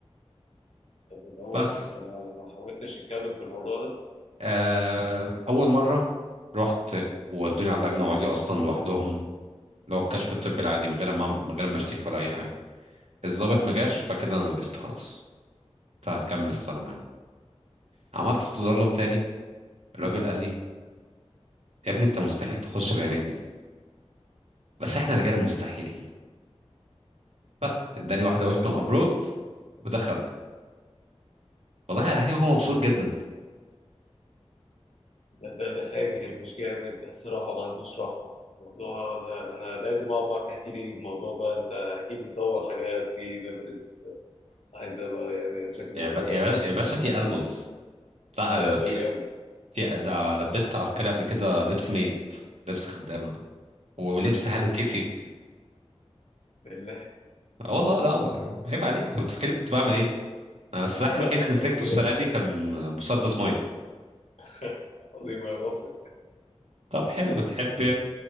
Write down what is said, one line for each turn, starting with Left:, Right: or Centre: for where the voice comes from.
Left: طب دوت
Right: بس
Left: انت ما ما حاولتش تتكلم في الموضوع ده
Right: آه أول مرة رحت وودوني على اللجنة العليا أصلا لوحدهم اللي هو الكشف الطبي العادي من غير ما من غير ما اشتكي ولا أي حاجة الضابط ما جاش فكده أنا لبست خلاص فهتكمل السنة معانا عملت تظلم تاني الراجل قال لي يا ابني أنت مستحيل تخش بعينيك دي بس احنا رجال المستحيل بس اداني واحده ويلكم ابرود ودخلني والله
Left: يعني
Right: قالها لي وهو مبسوط جدا
Left: ده ده ده فاجر مش جامد ده بصراحة ما عندوش رحمة الموضوع ده انا لازم اقعد معاك تحكي لي الموضوع بقى انت اكيد مصور حاجات في ميموريز عايز ابقى يعني اتشك الموضوع
Right: يا ب-
Left: ده
Right: يا
Left: جامد
Right: باشا يا باشا في البومز لا
Left: ده
Right: في
Left: ده جامد
Right: في ده لبست عسكري قبل كده لبس ميد لبس خدامه ولبس هالو كيتي
Left: بالله
Right: آه والله لا هو- عيب عليك كنت فاكر كنت بعمل ايه انا السلاح
Left: <laughs>
Right: الوحيد اللي مسكته
Left: عظيم
Right: السنه
Left: يا مصر
Right: دي كان مسدس ميه
Left: <laughs> عظيم يا مصر
Right: طب حلو تحب